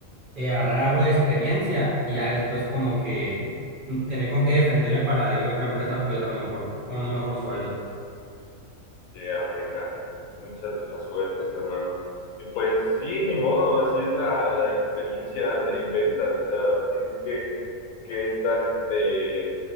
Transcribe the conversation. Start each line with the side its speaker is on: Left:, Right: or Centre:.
Right: eh, agarrar algo de experiencia y ya después como que mm, tener con qué defenderme para ir a otra empresa pues a lo mejor con un mejor sueldo. pues.
Left: Ya, venga, pues muchas de las suertes, hermano. Y pues sí, ni modo, así es la, la experiencia de- en ventas, o sea, tienes que, que estar este,